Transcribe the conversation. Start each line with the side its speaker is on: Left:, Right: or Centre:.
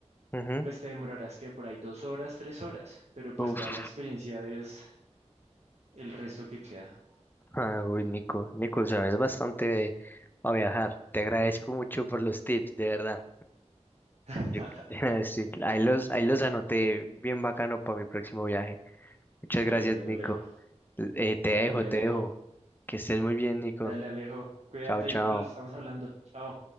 Left: ujú.
Right: pues te demorarás que por ahí dos horas, tres horas, pero pues
Left: Uf.
Right: toda la experiencia es el resto que queda.
Left: Ah, uy, Nico, Nico, sabes bastante de- a viajar. Te agradezco mucho por los tips, de verdad.
Right: <laughs>
Left: Yo- <laughs> sí, ahí los, ahí los anoté bien bacano para mi próximo viaje. Muchas gracias,
Right: Dale, a ver,
Left: Nico.
Right: Alejo.
Left: Eh, te dejo,
Right: Dale,
Left: te
Right: Alejo.
Left: dejo. Que estés muy bien, Nico.
Right: Dale, Alejo, cuídate
Left: Chao, chao.
Right: igual, estamos hablando. Chao.